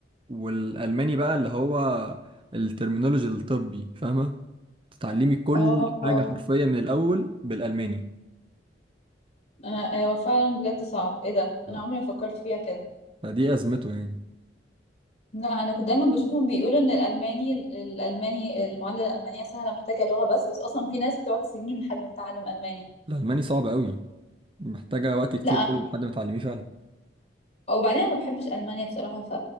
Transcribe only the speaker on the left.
اه
انا هو فعلا بجد صعب ايه ده
انا عمري ما فكرت فيها كده
لا انا كنت دايما بشوفهم بيقولوا ان الالماني الالماني المعادله الالمانيه سهله محتاجه لغه بس بس اصلا في ناس بتقعد سنين لحد ما تتعلم الماني
لا
وبعدين أنا ما بحبش المانيا بصراحه ف...